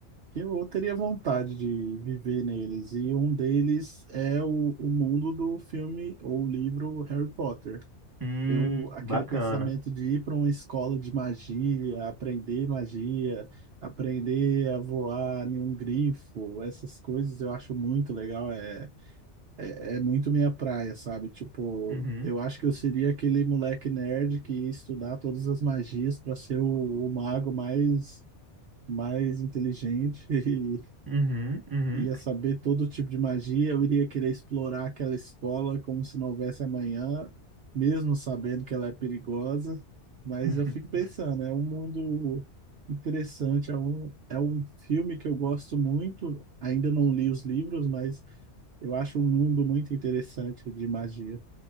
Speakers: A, on the right (about 60°); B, on the right (about 20°).
A: que eu teria vontade de viver neles. E um deles é o, o mundo do filme ou livro Harry Potter.
B: Hum,
A: Eu, aquele
B: bacana.
A: pensamento de ir para uma escola de magia, aprender magia, aprender a voar em um grifo, essas coisas eu acho muito legal, é, é muito minha praia, sabe? Tipo,
B: Uhum,
A: eu acho que eu seria aquele moleque nerd que ia estudar todas as magias para ser o o mago mais mais inteligente <laughs>
B: uhum, uhum.
A: Ia saber todo tipo de magia, eu iria querer explorar aquela escola como se não houvesse amanhã, mesmo sabendo que ela é perigosa. Mas
B: <laughs>
A: eu fico pensando, é um mundo interessante, é um, é um filme que eu gosto muito. Ainda não li os livros, mas eu acho um mundo muito interessante de magia.